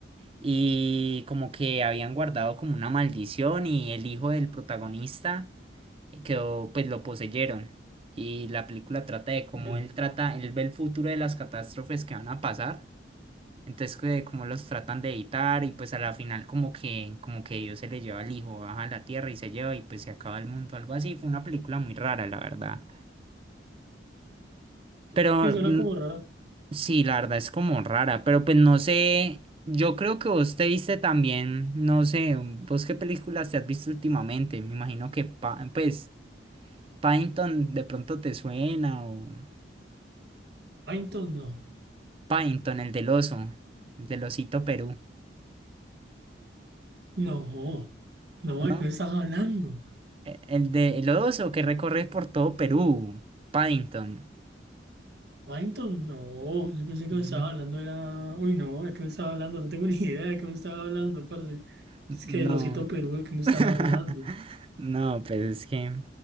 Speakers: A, on the right; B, on the right.
A: y como que habían guardado como una maldición y el hijo del protagonista quedó, pues lo poseyeron. Y la película trata de cómo
B: Ya.
A: él trata, él ve el futuro de las catástrofes que van a pasar entonces, que como los tratan de evitar y pues a la final como que, como que Dios se le lleva al hijo, baja a la tierra y se lleva y pues se acaba el mundo, algo así. Fue una película muy rara, la verdad. Pero
B: Y suena
A: mm,
B: como rara.
A: sí, la verdad es como rara, pero pues no sé, yo creo que vos te viste también, no sé, vos qué películas te has visto últimamente. Me imagino que Pa- pues Paddington de pronto te suena o
B: Python, no.
A: Paddington, el del oso, el del osito Perú,
B: No, no,
A: ¿no?
B: ¿de qué estás hablando?
A: E- El de el oso que recorre por todo Perú, Paddington.
B: Paddington, no, yo pensé que
A: Mm,
B: me estaba hablando, era. Uy, no, ¿de qué me estaba hablando? No tengo <laughs> ni idea de qué me estaba hablando, parce.
A: No.
B: Es que el osito Perú, ¿de qué me estaba
A: <laughs>
B: hablando?
A: No, pues es que